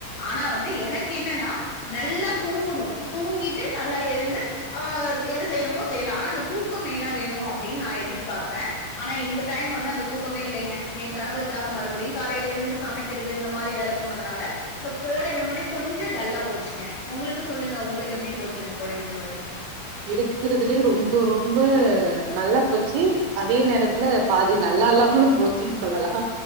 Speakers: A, on the left (about 55°); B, on the right (about 80°).
A: ஆனா வந்து எனக்கு என்னனா நல்லா தூங்கணு தூங்கிட்டு நல்லா எழுந்து அ என்ன செய்யணுமோ செய்யலா ஆனா அந்த தூக்கோ மெய்னா வேணு அப்டின் நா எதிர்பாப்பே ஆனா இந்த டைம் வந்து அந்த தூக்கமே இல்லைங்க எ கணவருக்காக மறுபடியு காலேல எழுந்து சமை கிறது இந்த மாரி வேல போனதுனால இந்த கோடை விடுமுறை கொஞ்ச டல்லா போச்சுங்க ஒங்களுக்கு சொல்லுங்க ஒங்களுக்கு எப்டி போச்சு இந்த கோடை விடுமுறை
B: இருக்கறதுலயே ரொம்ப ரொம்ப நல்லா போச்சு அதே நேரத்துல பாதி நல்லா இல்லாமலு போச்சுன் சொல்லலா